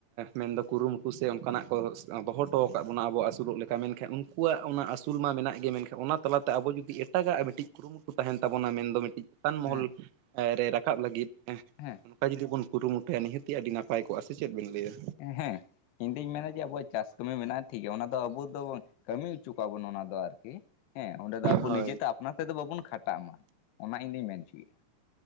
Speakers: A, on the right; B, on the left.
A: ᱢᱮᱱ ᱫᱚ ᱠᱩᱨᱩᱢᱩᱴᱩ ᱥᱮ ᱚᱱᱠᱟᱱᱟᱜ ᱠᱚ ᱫᱚᱦᱚ ᱦᱚᱴᱚ ᱟᱠᱟᱜ ᱵᱚᱱᱟ ᱟᱵᱚᱣᱟᱜ ᱟᱹᱥᱩᱞᱚᱜ ᱞᱮᱠᱟ ᱢᱮᱱᱠᱷᱟᱱ ᱩᱱᱠᱩᱣᱟᱜ ᱚᱱᱟ ᱟᱹᱥᱩᱞ ᱢᱟ ᱢᱮᱱᱟᱜ ᱜᱮᱭᱟ ᱢᱮᱱᱠᱷᱟᱱ ᱚᱱᱟ ᱛᱟᱞᱟᱛᱮ ᱟᱵᱚ ᱡᱩᱫᱤ ᱮᱴᱟᱜ ᱢᱤᱫᱴᱤᱡ ᱩᱱ ᱠᱚ ᱛᱟᱦᱮᱱ ᱛᱟᱵᱚᱱᱟ ᱢᱮᱱᱫᱚ ᱢᱤᱫᱴᱤᱡ ᱪᱮᱛᱟᱱ ᱢᱚᱦᱚᱞ
B: ᱦᱮᱸ
A: ᱨᱮ ᱨᱟᱠᱟᱵ ᱞᱟᱹᱜᱤᱫ
B: ᱦᱮᱸ
A: ᱚᱱᱠᱟ ᱡᱩᱫᱤ ᱵᱚᱱ ᱠᱩᱨᱩᱢᱩᱴᱩᱭᱟ ᱱᱤᱦᱟᱹᱛᱤ ᱟᱹᱰᱤ ᱱᱟᱯᱟᱭ ᱠᱚᱜᱼᱟ ᱥᱮ ᱪᱮᱫ ᱵᱤᱱ ᱞᱟᱹᱭᱟ᱾
B: ᱦᱮᱸ ᱤᱧ ᱫᱩᱧ ᱢᱮᱱᱟᱫᱟ ᱡᱮ ᱟᱵᱚᱣᱟᱜ ᱪᱟᱥ ᱠᱟᱹᱢᱤ ᱢᱮᱱᱟᱜᱼᱟ ᱴᱷᱤᱠ ᱜᱮᱭᱟ ᱚᱱᱟ ᱫᱚ ᱟᱵᱚ ᱫᱚ ᱠᱟᱹᱢᱤ ᱦᱚᱪᱚ ᱠᱚᱣᱟ ᱵᱚᱱ ᱚᱱᱟ ᱫᱚ ᱟᱨᱠᱤ ᱦᱮᱸ ᱚᱸᱰᱮ ᱫᱚ ᱟᱵᱚ
A: ᱦᱳᱭ
B: ᱱᱤᱡᱮ ᱛᱮ ᱚᱱᱟ ᱛᱮᱫᱚ ᱵᱟᱵᱚᱱ ᱠᱷᱟᱴᱟᱜ ᱢᱟ ᱚᱱᱟ ᱤᱧᱫᱚᱧ ᱢᱮᱱ ᱚᱪᱚᱭᱮᱭᱟ᱾